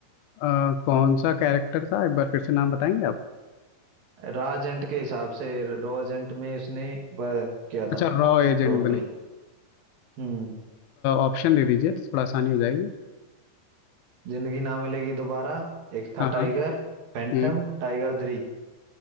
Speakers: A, on the left; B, on the right.
A: अ, कौन सा कैरेक्टर था एक बार फिर से नाम बताएंगे आप
B: रॉ एजेंट के हिसाब से रॉ एजेंट में उसने वह किया
A: अच्छा
B: था
A: रॉ एजेंट
B: रोल
A: बने
B: प्ले हम्म
A: ऑप्शन दे दीजिए तो थोड़ा आसानी हो जाएगी
B: Zindagi Na Milegi Dobara Ek Tha
A: हाँ हाँ
B: Tiger Phantom
A: हम्म
B: Tiger three